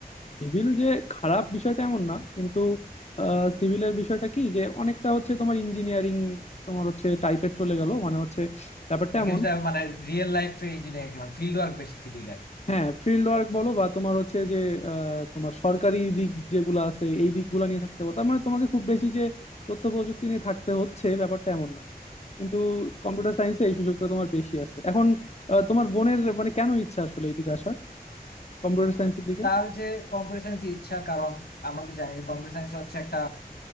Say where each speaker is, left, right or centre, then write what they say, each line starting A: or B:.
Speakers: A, on the left; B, on the left.
A: সিভিল যে খারাপ বিষয়টা এমন না কিন্তু সিভিলের বিষয়টা কি যে অনেকটা হচ্ছে তোমার ইঞ্জিনিয়ারিং তোমার হচ্ছে টাইপের চলে গেল মানে হচ্ছে ব্যাপারটা
B: নাকি
A: এমন
B: সেটা মানে রিয়েল লাইফে ইঞ্জিনিয়ারিং মানে ফিল্ড ওয়ার্ক বেশি সিভিলের
A: হ্যাঁ ফিল্ড ওয়ার্ক বলো বা তোমার হচ্ছে যে আহ, তোমার সরকারি দিক যেগুলো আছে এই দিকগুলো নিয়ে থাকতে পারো তার মানে তোমাকে খুব বেশি যে তথ্য প্রযুক্তি নিয়ে থাকতে হচ্ছে ব্যাপারটা এমন না কিন্তু কম্পিউটার সায়েন্সে এই সুযোগটা তোমার বেশি আছে এখন আহ, তোমার বোনের মানে কেন ইচ্ছা আসলে এইদিকে আসার কম্পিউটার সায়েন্সের দিকে
B: তার যে কম্পিউটার ইচ্ছা কারণ আমরা তো জানি যে কম্পিউটার সায়েন্স হচ্ছে একটা